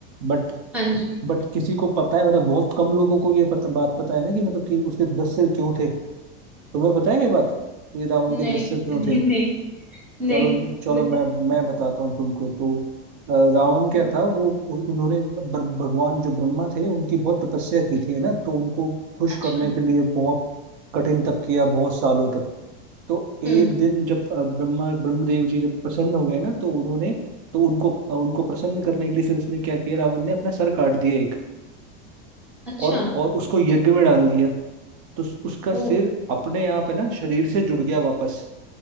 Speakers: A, on the right (about 55°); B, in the centre.
A: बट
B: हाँ जी
A: बट किसी को पता है मतलब बहुत कम लोगों को ये पता बात पता है ना कि मतलब कि उसके दस सिर क्यों थे तुम्हें पता है ये बात कि रावण
B: नहीं
A: के दस सिर क्यों
B: नहीं
A: थे
B: नहीं नहीं
A: चलो चलो
B: मुझे
A: मैं
B: नहीं पता
A: मैं बताता हूँ तुमको तो अ, रावण क्या
B: हम्म,
A: था वो उ- उन्होंने बर- भगवान जो ब्रह्मा थे उनकी बहुत तपस्या की
B: हम्म,
A: थी है ना तो उनको खुश
B: अच्छा
A: करने के लिए बहुत कठिन तप किया बहुत सालों तक तो एक
B: हम्म
A: दिन जब अ, ब्रह्मा ब्रह्मदेव जी जब प्रसन्न हो गए ना तो उन्होंने तो उनको अ, उनको प्रसन्न करने के लिए फिर उसने क्या किया रावण ने अपना सर काट दिया एक।
B: अच्छा
A: और और उसको यज्ञ में डाल दिया तो उस- उसका सिर
B: ओ
A: अपने आप है ना शरीर से जुड़ गया वापस